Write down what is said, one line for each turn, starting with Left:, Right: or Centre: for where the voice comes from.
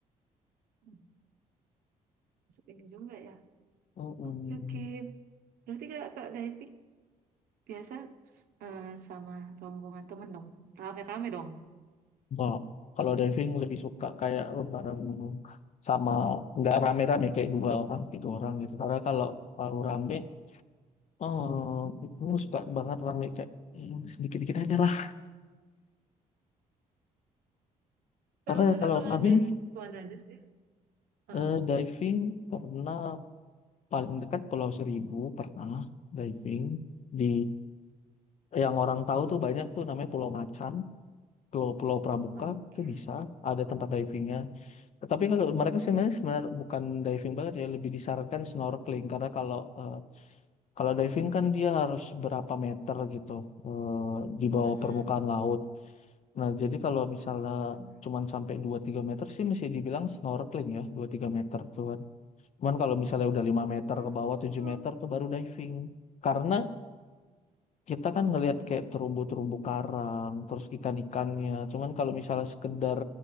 Right: Hmm, ini juga ya.
Left: Hmm,
Right: Oke, oke. Berarti kak, kak diving biasa s- eh, sama rombongan temen dong, rame-rame dong.
Left: Nah, kalau diving lebih suka kayak bareng sama nggak rame-rame kayak dua orang, tiga orang gitu. Karena kalau baru rame, hmm,
Right: Mhm.
Left: itu suka banget rame kayak eh, sedikit-dikit aja lah. Karena
Right: Emang kakak
Left: kalau
Right: pernah
Left: rame,
Right: diving di mana aja sih? Heeh.
Left: eh, diving pernah paling dekat Pulau Seribu pernah diving di yang orang tahu tuh banyak tuh namanya Pulau Macan, Pulau Pulau Pramuka
Right: Oke.
Left: itu bisa ada tempat divingnya. Tetapi kalau mereka sebenarnya sebenarnya bukan diving banget ya, lebih disarankan snorkeling karena kalau eh, kalau diving kan dia harus berapa meter gitu eh, di bawah
Right: Mm-mm.
Left: permukaan laut. Nah, jadi kalau misalnya
Right: Mm.
Left: cuman sampai dua tiga meter sih masih dibilang snorkeling ya, dua tiga meter tuh Cuman kalau misalnya udah lima meter
Right: Oh.
Left: ke bawah, 7 meter tuh baru diving. Karena kita kan ngelihat
Right: Mm-mm.
Left: kayak terumbu-terumbu karang, terus ikan-ikannya. Cuman kalau misalnya sekedar